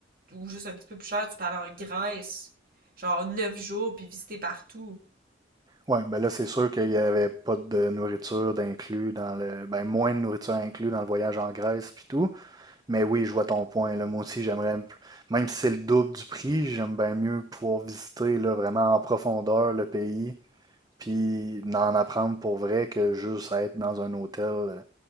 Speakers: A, on the right; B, on the right.
A: tu- ou juste un petit peu plus cher, tu peux aller en Grèce, genre 9 jours, puis visiter partout.
B: Oui, ben là, c'est sûr qu'il n'y avait pas de nourriture d'inclus dans le. Ben, moins de nourriture inclus dans le voyage en Grèce puis tout. Mais oui, je vois ton point. Là. Moi aussi, j'aimerais. m- Même si c'est le double du prix, j'aime bien mieux pouvoir visiter là, vraiment en profondeur le pays puis en apprendre pour vrai que juste être dans un hôtel. euh.